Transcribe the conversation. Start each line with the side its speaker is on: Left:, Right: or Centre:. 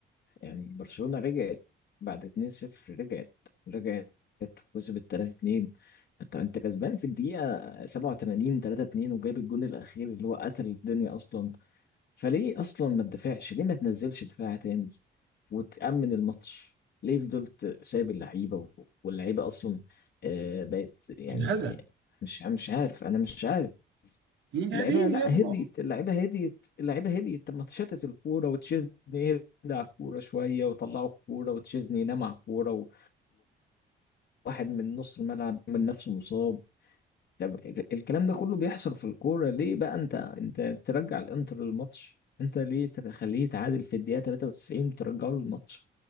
Left: يعني برشلونة رجعت بعد 2-0 رجعت رجعت وكسبت 3-2 انت انت كسبان في الدقيقة 87 3-2 وجاب الجون الأخير اللي هو قتل الدنيا أصلا فليه أصلا ما تدافعش ليه ما تنزلش دفاع تاني وتأمن الماتش ليه فضلت سايب اللعيبة و- واللعيبة أصلا آه، بقت يعني
Right: مجهدة
Left: مش مش عارف أنا مش عارف
Right: مجهدين
Left: اللعيبه لا
Right: يا ابني
Left: هديت اللعيبه هديت اللعيبه هديت طب ما تشتت الكوره وتشيزني يهدى على الكوره شويه ويطلعوا الكوره وتشيزني ينام على الكوره و... وواحد من نص الملعب من نفسه مصاب طب ال- الكلام ده كله بيحصل في الكوره ليه بقى انت انت ترجع الانتر للماتش انت ليه تخليه يتعادل في الدقيقه 93 وترجعه للماتش